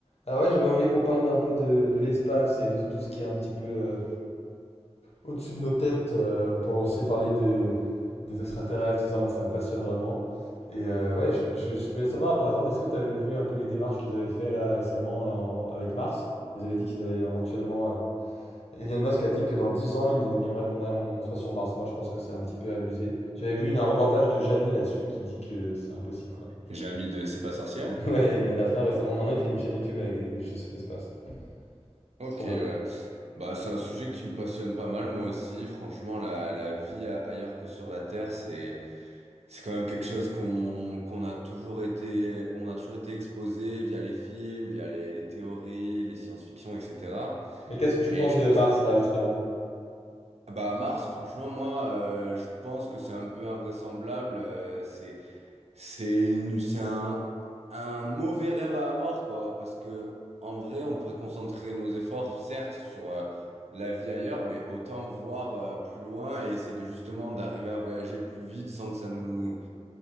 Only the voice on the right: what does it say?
J'ai ami de C'est pas sorcière?
Ok,
ouais. Bah, c'est un sujet qui me passionne pas mal, moi aussi. Franchement, la, la vie a- ailleurs que sur la Terre, c'est, c'est quand même quelque chose qu'on, qu'on a toujours été, où on a toujours été exposé via les films, via les, les théories, les science-fiction, etc.
Et
je
pense,
bah, à Mars, franchement, moi, euh, je pense que c'est un peu invraisemblable. euh, c'est, C'est une- c'est un, un mauvais rêve à avoir, quoi, parce que en vrai, on pourrait concentrer nos efforts, certes, sur euh, la vie ailleurs, mais autant voir euh, plus loin et essayer de justement d'arriver à voyager plus vite sans que ça nous,